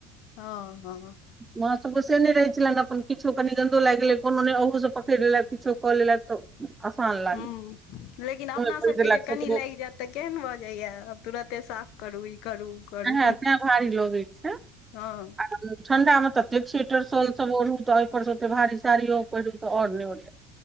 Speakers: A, on the left; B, on the right.
A: हँ हँ
B: वहां सबके से नहि रहै छलनि अपन किछो कनी गन्दो लागि गेले कोनो ने ओहो सब पकड़ि लेलथि किछो कऽ लेलथि तऽ आसान लागै
A: ह लेकिन अपना
B: पकड़ि
A: सबके
B: देलक
A: जे कनि
B: ककरो
A: लागि जायत तऽ केहन भऽ जाइया आब तुरते साफ करू ई करू करू
B: इहै तैं भारी लगैत छै
A: हँ
B: आ ठंडा मे तऽ ज स्वेटर सोन सब ओढ़ू तऽ ओहिपरसँ ओते भारी साड़ियो पहिरू तऽ आओर नहि ओढ़